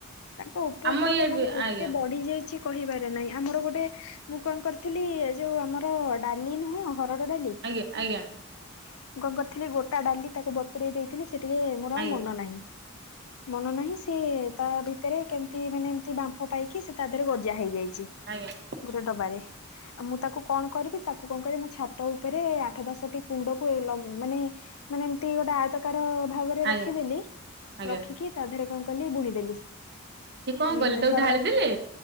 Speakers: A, on the left (about 80°); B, on the right (about 50°).
A: ତାଙ୍କ ଉପଦ୍ରବ
B: ଆମ ଇଆଡେ
A: ମାନେ
B: ବି
A: ଏତେ
B: ଆଜ୍ଞା।
A: ବଢି ଯାଇଛି କିବାରେ ନାାଇଁ ଆମର ଗୋଟେ ମୁଁ କଣ କରିଥିଲି ଏ ଯୋଉ ଆମର ଡାଲି ନୁହଁ ଡା ମୁଁ
B: ଆଜ୍ଞା ଆଜ୍ଞା
A: କଣ କରିଥିଲି ଗୋଟା ଡାଲି ତାକୁ ବ ତ ଦେଇଥିଲି ସେ ଟିକେ ମୋର
B: ଆଜ୍ଞା
A: ଆଉ ମନ ନାହିଁ ମନ ନାହିଁ ସେି ତା ଭିତରେ କେମତି ମାନେ ଏମତି ବାମ୍ଫ ପାଇକି ସେ ତା ଦେହରେ ଗଜା ହେଇଯାଇଛି
B: ଆଜ୍ଞା
A: ଗୋଟେ ଡବାାରେ ମୁଁ ତାକୁ କଣ କରିବି ତାକୁ କଣ କରିବି ମୋ ଛାତ ଉପରେ ଆଠ ଦଶଟି କୁଣ୍ଡକୁ ମାନେ ମାନେ ଏମିତି ଗୋଟେ ଆୟତକାର ଭାବରେ
B: ଆଜ୍ଞା
A: ରଖିଦେଲି
B: ଆଜ୍ଞା
A: ରଖିକି ତା ଦେହରେ କଣ କଲି ବୁଣିଦେଲି
B: ସେ କଣ
A: ହୁଁ
B: କଲେ ତାକୁ
A: ହରଡ଼ା
B: ଢାଳିଦେଲେ?